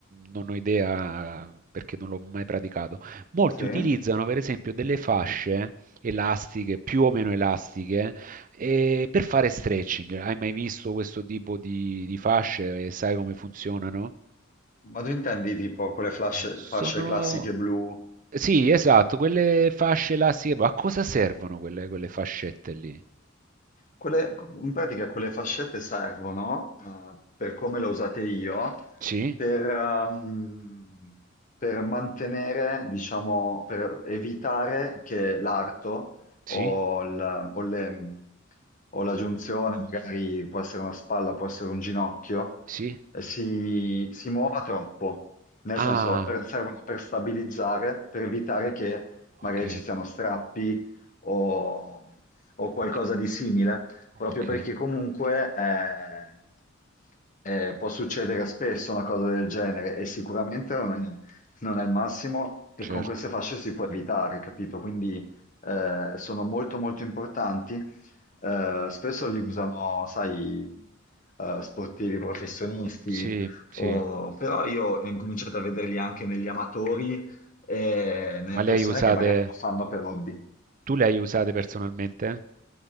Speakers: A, on the right; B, on the left.
A: non ho idea perché non l'ho mai praticato, molti
B: sì.
A: utilizzano per esempio delle fasce elastiche, più o meno elastiche, eh, per fare stretching. Hai mai visto questo tipo di, di fasce e sai come funzionano?
B: Ma tu intendi tipo quelle flasce-
A: Sono
B: fasce classiche blu?
A: sì, esatto, quelle fasce là, sì, ma a cosa servono quelle, quelle fascette lì?
B: Quelle- in pratica quelle fascette servono, eh, per come le ho usate io,
A: Sì,
B: per, ehm, per mantenere, diciamo, per evitare che l'arto
A: sì,
B: o, il- o le- o la giunzione, magari può essere una spalla, può essere un ginocchio,
A: sì.
B: eh, si, si muova troppo. Nel
A: Ah,
B: senso, per- servono per stabilizzare, per evitare che magari
A: ok,
B: ci siano strappi o o qualcosa
A: ok,
B: di simile, proprio
A: ok,
B: perché comunque eh, eh, può succedere spesso una cosa del genere e sicuramente non è, non è il massimo e
A: certo.
B: con queste fasce si può evitare, capito? Quindi eh, sono molto molto importanti. Eh, spesso li usano, sai, eh, sportivi professionisti,
A: Sì, sì.
B: o- però io ho incominciato a vederli anche negli amatori e nelle
A: Ma
B: persone
A: le hai usate,
B: che magari lo fanno per hobby.
A: tu le hai usate personalmente?